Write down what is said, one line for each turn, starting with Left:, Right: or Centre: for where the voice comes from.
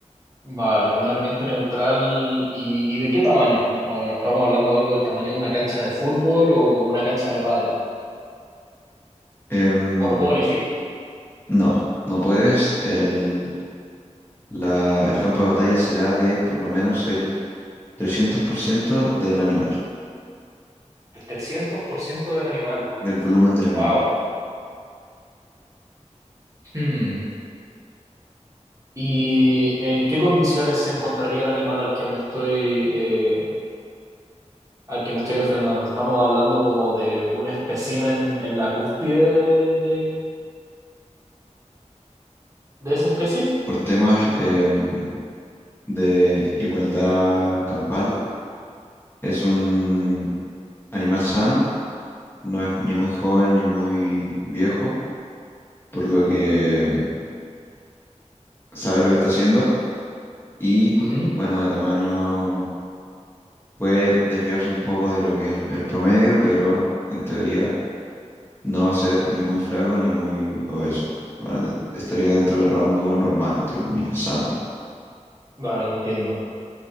Right: Vale, un ambiente neutral y, y ¿de qué tamaño? Bueno, bueno, estamos hablando de algo del tamaño de una cancha de fútbol o como una cancha de pádel.
Left: Em,
Right: O lo puedo elegir.
Left: no, no puedes. El, la- el campo de batalla será de por lo menos el 300% del animal,
Right: El 300% del animal.
Left: del volumen del animal.
Right: Wow. Hmm. ¿Y en qué condiciones se encontraría el animal al que me estoy eh, al que me estoy enfrentando. Estamos hablando como de un espécimen en la cúspide de, de esa especie.
Left: por temas em, de igualdad campal. Es un animal sano, no es ni muy joven ni muy viejo, por lo que em, sabe lo que está haciendo y,
Right: Ujú.
Left: bueno, de tamaño puede desviarse un poco de lo que es el, el promedio, pero en teoría no va a ser ni muy flaco ni muy obeso. ¿vale? Estaría dentro del rango normal, entre comillas, sano.
Right: Vale, entiendo.